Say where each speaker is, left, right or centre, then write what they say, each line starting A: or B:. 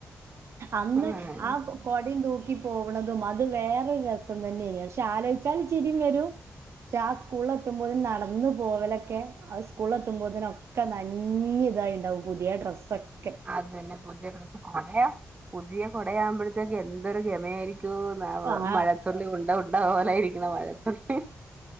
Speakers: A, on the right; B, on the right.
A: അന്ന്
B: ആഹ്
A: ആ കൊടിം തൂക്കി പോവണതും അത് വേറെൊരു രസം തന്നെയ പക്ഷെ ആലോചിച്ചാല് ചിരിം വരും പക്ഷെ ആ സ്കൂളിൽ എത്തുമ്പോന് നടന്നു പോവലൊക്കെ ആ സ്കൂളിൽ എത്തുമ്പോതിനൊക്കെ നഞ്ഞ ഇതായി ഉണ്ടാവും പുതിയ ഡ്രസൊക്കെ
B: അത് തന്നെ പുതിയ ഡ്രസ്സ് <unintelligible>
A: ആഹ്
B: മഴത്തുള്ളി ഉണ്ട ഉണ്ട പോലൊയിരിക്കുന്ന മഴത്തുള്ളി